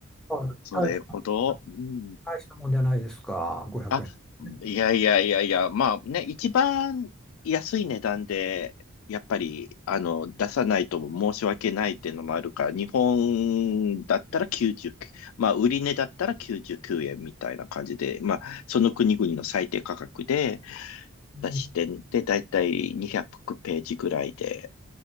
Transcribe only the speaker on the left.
それほど、うん
あ、
いやいやいやいや、まあね、一番安い値段で、やっぱり、あの、出さないとも申し訳ないっていうのもあるから、日本だったら99、まあ、売り値だったら99円みたいな感じで、まあ、その国々の最低価格で
出して、で、だいたい200ページぐらいで、